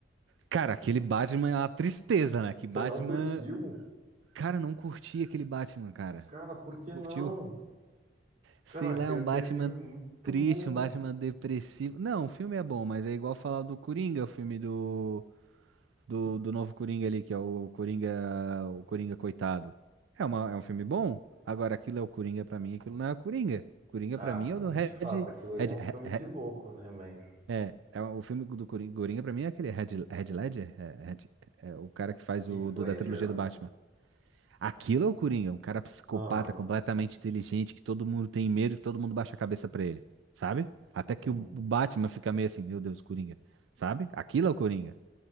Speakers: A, on the right (about 85°); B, on the right (about 35°).
A: Cara, aquele Batman é uma tristeza, né? Que
B: Você
A: Batman.
B: não curtiu?
A: Cara, eu não curti aquele Batman, cara.
B: Cara, por que
A: Tu curtiu?
B: não?
A: Sei
B: Cara, eu achei
A: lá, é um
B: aquele
A: Batman
B: filme muito
A: triste,
B: bom.
A: um Batman depressivo. Não, o filme é bom, mas é igual falar do Coringa, o filme do, do, do novo Coringa ali, que é o Coringa, o Coringa coitado. É uma, é um filme bom. Agora, aquilo é o Coringa pra mim, aquilo não é o Coringa. Coringa
B: Ah,
A: pra mim
B: sim,
A: é o do Red,
B: de fato, aquilo ali
A: Red,
B: é um
A: Re-
B: filme
A: Re-
B: de louco, né? Mas.
A: é, é o filme do Coringa, Coringa pra mim é aquele Red, Red Ledger, é, Red- é o cara que faz
B: Heath
A: o do,
B: Ledger
A: da trilogia
B: lá.
A: do Batman. Aquilo é o Coringa, um cara psicopata,
B: Aham,
A: completamente inteligente, que todo mundo tem medo, que todo mundo baixa a cabeça pra ele, sabe? Até
B: sim.
A: que o o Batman fica meio assim, meu Deus, Coringa, sabe? Aquilo é o Coringa.